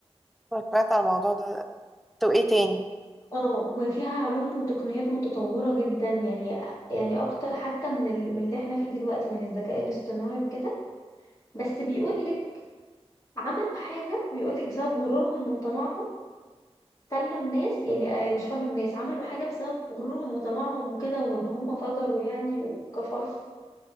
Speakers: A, in the centre; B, on the left.
A: أنا سمعت على الموضوع ده طب ايه تاني
B: اه وفيها علوم وتقنيات متطوره جدا يعني يعني اكتر حتى من ال- من اللي احنا فيه دلوقتي من الذكاء الاصطناعي وكده بس بيقول لك عملوا حاجة بيقولك بسبب غرورهم وطمعهم خلوا الناس يعني آه، مش خلوا الناس عملوا حاجة بسبب غرورهم وطمعهم وكده وان هم فجروا يعني وكفروا